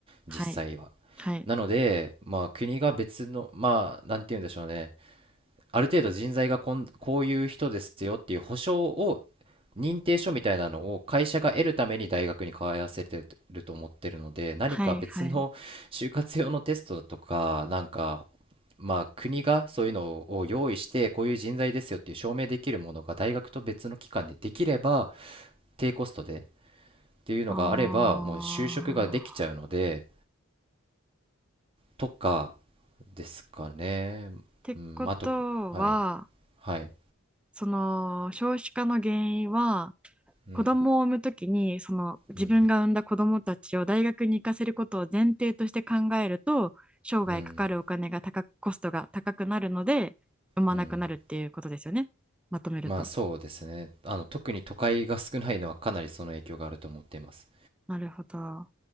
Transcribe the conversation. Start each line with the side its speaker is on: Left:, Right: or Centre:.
Centre: はい。
Right: 実際は。
Centre: はい。
Right: なので、まあ、国が別の、まあ、なんて言うんでしょうね。ある程度人材がこん、こういう人ですよっていう保証を、認定書みたいなのを会社が得るために大学に通わせてると思ってるので、何か別の就活用のテストとか、
Centre: はい。はい。
Right: なんか、まあ、国がそういうのを用意して、こういう人材ですよっていう証明できるものが大学と別の機関でできれば、低コストでっていうのがあれば、
Centre: あ
Right: もう就職ができちゃうので、
Centre: あ。
Right: とかですかね。
Centre: ってことは、
Right: うん、あと、はい、はい、
Centre: その、少子化の原因は、
Right: うん、
Centre: 子供を産むときにその自分が産んだ子供たちを大学に行かせることを前提として考えると生涯かかるお金が高くコストが高くなるので産まなくなるっていうことですよねまとめると。
Right: うん。うん、うん。まあそうですね。あの、特に都会が少ないのはかなりその影響があると思っています。
Centre: なるほど。